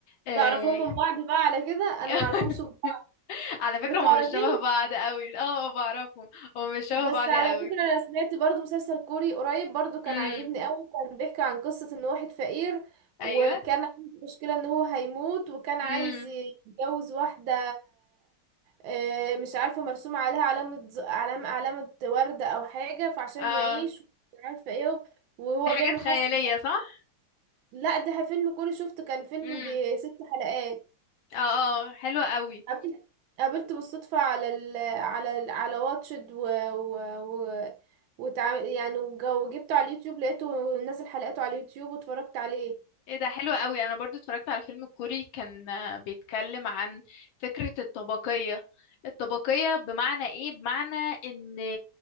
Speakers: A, on the left; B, on the right.
A: آه...
B: تعرفون من بعض بقى على كده
A: <laughs>
B: انا ما اعرفهمش من بعض
A: على فكرة
B: بتعرفيهم
A: هما مش شبه بعض قوي اه بعرفهم هما مش شبه
B: بس
A: بعض
B: على
A: قوي
B: فكرة انا سمعت برضو مسلسل كوري قريب برضو كان
A: امم
B: عاجبني قوي كان بيحكي عن قصة ان واحد فقير
A: ايوه
B: وكان عنده مشكلة ان هو هيموت وكان
A: امم
B: عايز يتجوز واحدة آه، مش عارفة مرسوم عليها علامة ز- علامة علامة وردة او حاجة فعشان
A: اه
B: يعيش مش عارفة ايه وهو
A: دي حاجات
B: بيعمل
A: خيالية
B: حس
A: صح
B: لا ده فيلم كوري شفته كان فيلم
A: امم
B: بست حلقات
A: اه اه حلوة قوي
B: قابلت قابلته بالصدفة على ال... على ال... على واتشد و... و... وتع... يعني وج- وجبته على اليوتيوب لقيته نازل حلقاته على اليوتيوب واتفرجت عليه
A: ايه ده حلو قوي انا برضو اتفرجت على فيلم كوري كان آه، بيتكلم عن فكرة الطبقية الطبقية بمعنى ايه بمعنى ان